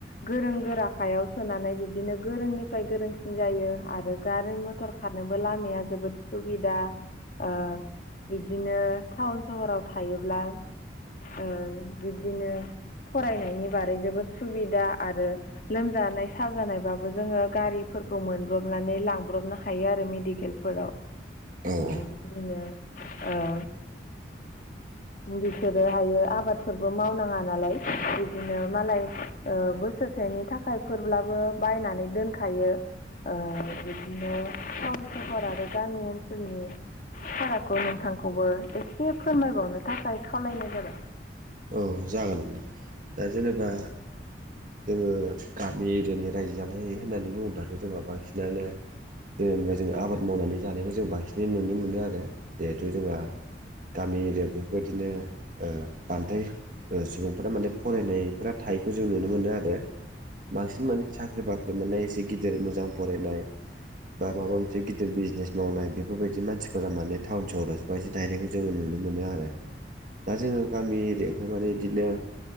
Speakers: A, on the left (about 50°); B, on the right (about 50°).
A: गोरों गोराखायाव सोनानै बिब्दिनो गोरोंनिफ्राय गोरोंसिन जायो। आरो गारि मथर खारनोबो लामाया जोबोद सुबिदा ओ बिब्दिनो टाउन सहराव थायोब्ला ओ बिब्दिनो फरायनायनि बारै जोबोद सुबिदा आरो लोमजानाय साजानाय बाबो जोङो गारिफोरखौ मोन ब्रबनानै लांब्रबनो हायो आरो मेडिकेलफोराव।
B: औ
A: बिदिनो
B: औ
A: ओ।
B: <inaudible>
A: बिसोरो हायो आबादफोरबो मावनाङा नालाय बिदिनो मालाय बोसोरसेनि थाखायफोरब्लाबो बायनानै दोनखायो। ओ बिदिनो थाउन सहर आरो गामि ओनसोलनि फारागखौ नोंथांखौबो एसे फोरमायबावनो थाखाय खावलायनाय जाबाय।
B: औ जागोन। दा जेनेबा जोङो गामि एरियानि रायजो जानाय होननानै बुङोब्लाथ' जोंहा बांसिनानो जेनेबा जों आबाद मावनानै जानायखौ जों बांसिनै नुनो मोनो आरो। जिहेथु जोंहा गामि एरिआव बेफोरबायदिनो बांद्राय सुबुंफोरा माने फरायनायफोरा थायैखौ जों नुनो नुनो मोनो आरो। बांसिन माने साख्रि बाख्रि मोननाय एसे गिदिर मोजां फरायनाय बा माबा मोनसे गिदिर बिजनेस मावनाय बेफोरबायदि मानसिफोरा माने टाउन सहराव बे बायदि दायनायखौ जोङो नुनो मोनो आरो। दा जोङो गामि एरियायावहाय माने बिदिनो